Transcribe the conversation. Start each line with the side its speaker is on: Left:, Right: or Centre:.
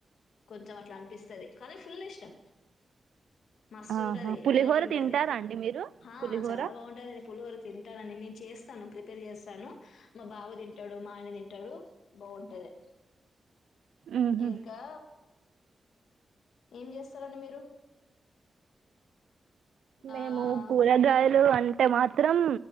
Left: కొంచం అట్లా అనిపిస్తాది కానీ ఫుల్ ఇష్టం మస్తుంటది
Right: ఆహా, పులిహోర
Left: హైలైట్ ఉంటది
Right: తింటారా అండి మీరు
Left: ఆ
Right: పులిహోర
Left: చాలా బాగుంటది నేను పులిహోర తింటానని నేను చేస్తాను ప్రిపేర్ చేస్తాను మా బావ తింటాడు మా ఆయన తింటాడు బాగుంట దే
Right: మ్మ్హ్మ్.
Left: ఇంకా ఏం చేస్తారండి మీరు ఆహ్,
Right: మేము కూరగాయలు అంటే మాత్రం